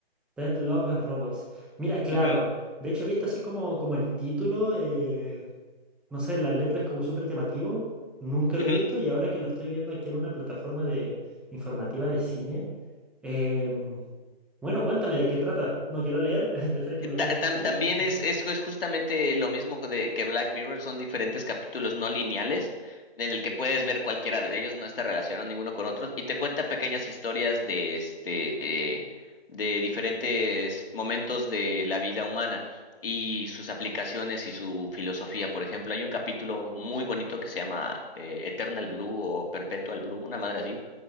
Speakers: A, in the centre; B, on the left (about 65°).
A: Dead Love and Robots. Mira, claro.
B: Ujú,
A: De hecho, he visto así como, como el título, eh, no sé, las letras como súper llamativo. Nunca lo
B: ujú.
A: he visto y ahora que lo estoy viendo aquí en una plataforma de informativa de cine. em, bueno, cuéntame de qué trata. No quiero leer, <laughs> prefiero que me lo
B: Ta-
A: cuentes
B: tam-
A: tú.
B: también
A: <laughs>
B: es, es, es justamente lo mismo de, que Black Mirror, son diferentes capítulos no lineales en el que puedes ver cualquiera de ellos, no está relacionado ninguno con otros, y te cuenta pequeñas historias de, este, eh, de diferentes momentos de la vida humana y sus aplicaciones y su filosofía. Por ejemplo, hay un capítulo muy bonito que se llama eh, Eternal Blue o Perpetual Blue, una madre así